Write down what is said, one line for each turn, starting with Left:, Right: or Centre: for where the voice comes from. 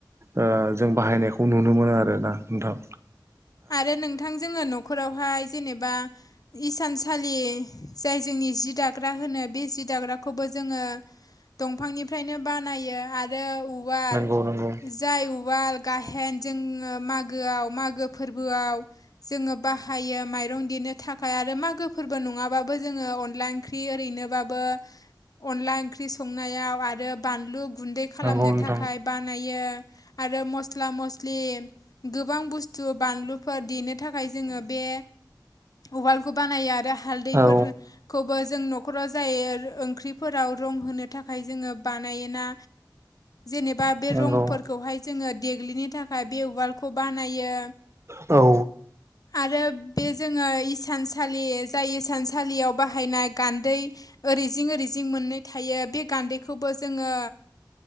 Right: ओ जों बाहायनायखौ नुनो मोनो आरोना नोंथां
Left: आरो नोंथां जोङो न'खरावहाय जेनेबा इसानसालि जाय जोंनि जि दाग्रा होनो बे जि दाग्राखौबो जोङो दंफांनिफ्रायनो बानायो आरो उ वाल
Right: नंगौ नंगौ
Left: जाय उवाल गाहेन जोङो मागोआव मागो फोरबोआव जोङो बाहायो माइरं देनो थाखाय आरो मागो फोरबो नङाबाबो जोङो अनला ओं ख्रि ओरैनोबाबो अनला ओंख्रि संनायाव आरो बानलु गुन्दै खालामनो
Right: नंगौ नोंथां
Left: थाखाय बानायो आरो मस्ला मस्लि गोबां बुस्थु थु बानलुफोर देनो थाखाय जोङो बे उवालखौ बानायो आरो हालदैफोरखौबो
Right: औ
Left: जों न'खराव जाय <unintelligible> ओंख्रिफोराव रं होनो थाखाय जोङो बानायोना जेनेबा बे
Right: नंगौ
Left: रंफोरखौहाय जोङो देग्लिनो थाखाय बे उवालखौ बानायो
Right: औ
Left: आरो बे जोङो इसानसालि जाय इसानसालियाव बाहायनाय गान्दै ओरैजिं ओरैजिं मोननै थायो बे गान्दैखौबो जोङो